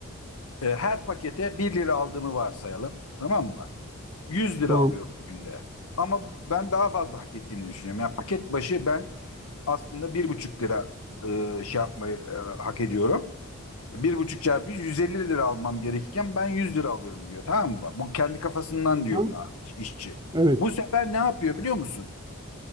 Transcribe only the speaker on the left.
E, her pakete bir lira aldığımı varsayalım. Tamam mı? 100 lira
alıyorum günde. Ama ben daha fazla hak ettiğini düşünüyorum. Yani paket başı ben aslında bir buçuk lira e, şey yapmayı e, hak ediyorum. Bir buçuk çarpı 100, 150 lira almam gerekirken ben 100 lira alıyorum diyor. Tamam mı? Bu kendi kafasından
diyor buna işçi.
Bu sefer ne yapıyor biliyor musun?